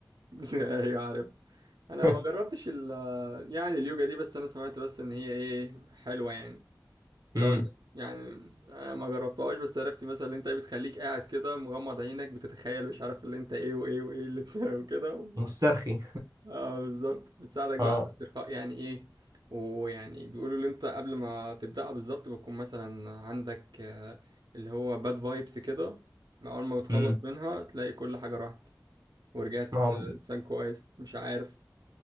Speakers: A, on the right; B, on the right.
A: <laughs> ايوه عارف انا
B: <laughs>
A: ما جربتش ال يعني اليوجا دي بس انا سمعت بس ان هي ايه حلوه يعني بتقعد
B: مم.
A: بس يعني آه، ما جربتهاش بس عرفت مثلا اللي انت إيه بتخليك قاعد كده مغمض عينك بتتخيل مش عارف اللي انت ايه وايه وايه اللي انت <laughs> وكده و...
B: مسترخي
A: اه بالظبط بتساعدك بقى
B: اه
A: على الاسترخاء يعني ايه ويعني بيقولوا اللي انت قبل ما تبدأها بالظبط بتكون مثلا عندك آه، اللي هو باد فايبس كده مع اول ما بتخلص
B: امم
A: منها تلاقي كل حاجة راحت ورجعت
B: ما هو
A: آه، انسان كويس مش عارف